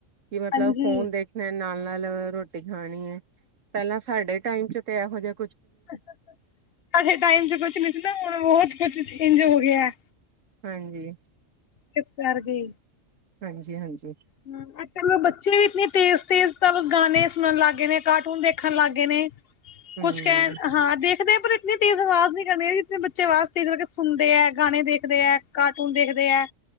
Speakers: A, on the right; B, on the left.
A: ਕਿ ਮਤਲਬ
B: ਹਾਂਜੀ
A: ਫੋਨ ਦੇਖਣਾ ਨਾਲ ਨਾਲ <unintelligible> ਰੋਟੀ, ਖਾਣੀ ਹੈ ਪਹਿਲਾਂ ਸਾਡੇ ਟਾਈਮ ਚ ਤਿਆਰ ਹੋਜੇ,
B: ਸਾਡੇ ਟਾਈਮ ਚ ਕੁਛ ਨੀ ਸੀ ਨਾ ਬਹੁਤ ਕੁਛ ਇਝ ਹੋ ਗਿਆ।
A: ਹਾਂਜੀ,
B: ਇਸ ਕਰਕੇ,
A: ਹਾਂਜੀ-ਹਾਂਜੀ,
B: ਹੂੰ, ਅੱਜ ਕੱਲ ਬੱਚੇ ਵੀ ਇਤਨੇ ਤੇਜ਼, ਤੇਜ਼ ਤਾਂ ਗਾਣੇ ਸੁਣਨ ਲੱਗ ਗਏ। ਗੇ ਨੇ ਕਾਰਟੂਨ ਦੇਖਣ ਲੱਗ ਗਏ ਨੇ
A: ਹਮ
B: ਕੁਛ ਕਹਿਣ ਹਾਂ ਤੇ ਕਦੇ ਪਰ ਇਤਨੀ ਤੇਜ਼ ਆਵਾਜ਼ ਨੀ ਕਰਨੀ ਹੈ, ਜਿੱਥੇ ਬੱਚੇ ਆਵਾਜ਼ ਤੇਜ਼ ਕਰਕੇ ਸੁਣਦੇ ਹੈ, ਗਾਣੇ ਦੇਖਦੇ ਹੈ, ਕਾਰਟੂਨ ਦੇਖਦੇ ਹੈ।